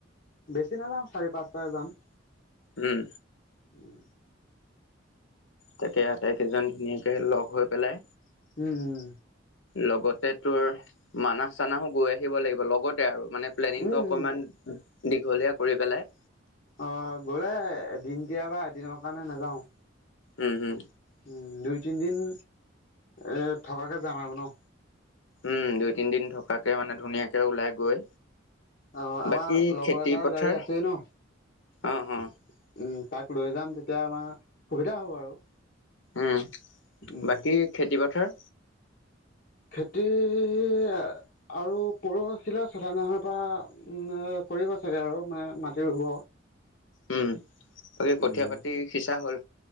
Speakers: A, on the left; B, on the left.
A: বেছি নাযাওঁ চাৰি-পাঁচটায়ে যাম।
B: উম
A: হুম
B: তাকে আটাইকেইজন ধুনীয়াকে লগ হৈ পেলাই,
A: উম, উম,
B: লগত- টে-তোৰ, মানাহ-চানাহো গৈ আহিব লাগিব লগত- -তে আৰু মানে প্লেনিংটো
A: উম, উম।
B: অকমান দীঘলীয়া কৰি পেলাই
A: অ, গ'লে দিনটিয়া বা দিনৰ কাৰণে নেযাওঁ।
B: উম-হুম
A: হুম, দুই-তিনদিন, এ থকাকে যাম আৰু ন?
B: উম দুই তিনদিন থকাকে মানে ধুনীয়াকে ওলাই গৈ
A: অ আমাৰ
B: বাকী
A: লগৰ
B: খেতি
A: এটাৰ
B: পথাৰ
A: গাড়ী আছেই ন?
B: অ অ
A: বিহ, উম তাক লৈ যাম তেতিয়া আমা, সুবিধা হ'ব আৰু
B: উম,
A: উম,
B: বাকী খেতি-পথাৰ?
A: খেতি য়্যা, আৰু পৰ-হিলা চচ-ৱাৰ নাহৰৰপা, উম-না, কৰিব চাগে আৰু মা-মাটি ৰুব।
B: উম বাকী কঠীয়া
A: উম,
B: পাতি সিঁচা হ'ল